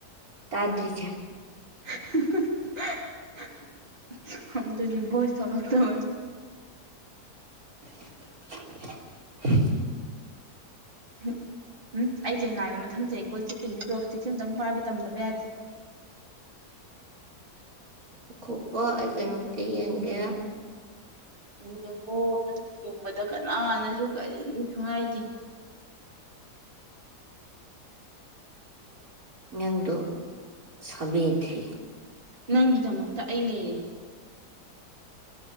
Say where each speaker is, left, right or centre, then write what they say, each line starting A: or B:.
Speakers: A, on the right; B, on the right.
A: ꯇꯥꯗ꯭ꯔꯤꯁꯦ
B: <unintelligible> ꯍꯝꯇꯨꯗꯤ ꯕꯣꯏꯁ ꯊꯣꯛꯂꯛꯇꯧꯋꯦ
A: <inaudible>
B: ꯍꯝ ꯎꯝ ꯑꯩ ꯆꯩꯅꯥꯗ ꯃꯊꯪ ꯆꯩ ꯀꯣꯏ ꯆꯠꯇꯨꯏꯅꯤ ꯇꯣꯞ ꯇꯤꯛꯁ ꯑꯝꯇꯪ ꯄꯥꯏꯕ ꯇꯝꯗꯕ ꯌꯥꯗꯦ
A: ꯉꯈꯣꯀꯣ ꯑꯩ ꯀꯩꯅꯣꯝꯇ ꯌꯦꯡꯒꯦ
B: ꯌꯦꯡꯉꯣ ꯅꯪ ꯌꯦꯡꯕꯗ ꯀꯅꯥꯅꯁꯨ ꯀꯔꯤꯁꯨ ꯍꯥꯏꯗꯦ
A: ꯅꯪꯗꯨ ꯁꯕꯦ ꯊ꯭ꯔꯤ
B: ꯅꯪꯒꯤꯗꯃꯛꯇ ꯑꯩ ꯂꯩꯌꯦ